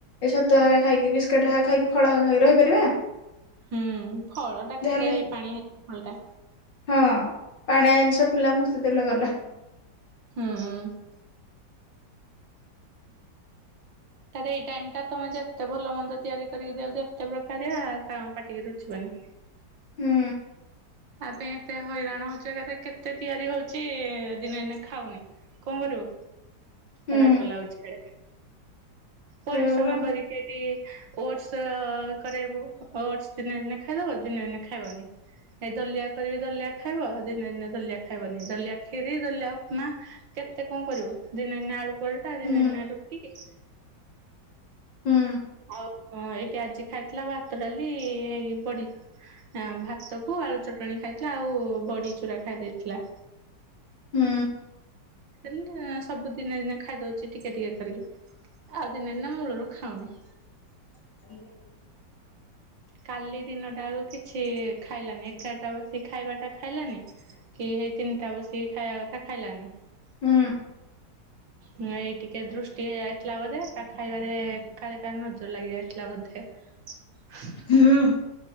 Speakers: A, on the left (about 75°); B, on the right (about 75°).
A: ଏ ଛତୁଆ ଏକା ଖାଇକି ବିସ୍କିଟ ହେକା ଖାଇକି ଫଳ ହେ ଖାଇକି ରହିପାରିବା।
B: ହୁଁ ଫଳଟା କେତେ
A: ଯାହାହେଲେ
B: ଏଇ ପାଣି ହେଇ ଫଳଟା।
A: ହଁ ପାଣିଆ ଜିନଷ ପିଲା ମୁତି ଦେଲେ ଗଲା।
B: ହୁଁଉଁ। ତାରେ ଏଇ ଟାଇମଟା ତମେ ଯେତେ ଭଲ ମନ୍ଦ ତିଆରି କରିକି ଦିଅ ଯେତେ ପ୍ରକାରଆ ତାଙ୍କ ପାଟିକି ରୁଚିବନି।
A: ହୁଁ।
B: ତା ପାଇଁ ଏତେ ହଇରାଣ ହୋଉଚି ଏକାଥରେ କେତେ ତିଆରି ହୋଉଚି ଦିନେ ଦିନେ ଖାଉନି। କଣ କରିବୁ
A: ହୁଁ
B: ରାଗ ଲାଗୁଚି ହେଡେ
A: ସେଇଆ
B: ପରିଶ୍ରମ
A: ପରା
B: କରି ସେଇଠି ଓଟସ କରେଇବୁ ଓଟସ ଦିନେ ଦିନେ ଖାଇଦବ ଦିନେ ଦିନେ ଖାଇବନି। ହେଇ ଦଲିଆ କରିବି ଦଲିଆ ଖାଇବ ହେଇ ଦିନେ ଦିନେ ଦଲିଆ ଖାଇବନି ଦଲିଆ ଖିରି, ଦଲିଆ, ଉପମା କେତେ କଣ କରିବ, ଦିନେ ଦିନେ ଆଳୁ ପରଟା
A: ହୁଁ
B: ଦିନେ ଦିନେ ରୁ ଟି କେ
A: ହୁଁ
B: ଆଉ ହଁ ଏଇଠି ଆଜି ଖାଇଥିଲା ଭାତ ଡାଲି, ହେଇକି ବଡି ଆଁ, ଭାତ କୁ ଆଳୁ ଚଟଣି ଖାଇଥିଲା ଆଉ ବଡି ଚୁରା ଖାଇ ଦେଇଥିଲା।
A: ହୁଁ
B: ଦେଲେ ସବୁ ଦିନେ ଦିନେ ଖାଇଦଉଛି ଟିକେ ଟିକେ କରିକି, ଆଉ ଦିନେ ଦିନେ ମୁୂଳରୁ ଖାଉନି।
A: <inaudible>
B: କାଲି ଦିନଟା ଯାକ କିଛି ଖାଇଲାନି, ଏଗାର ଟା ବସିକ ଖାଇବା ଟା ଖାଇଲାନି, କି ହେଇ ତିନିଟା ବସିକି ଖାଇବା କଥା ଖାଇଲାନି।
A: ହୁଁ।
B: ନାଇ ଟିକେ ଦୃଷ୍ଟି ହେଇ ଯାଇଥିଲା ବୋଧେ, ତା ଖାଇବାରେ କାଳେ କା ନଜର ଲାଗି ଯାଇଥିଲା ବୋଧେ। ହୁସ
A: ହୁଁ।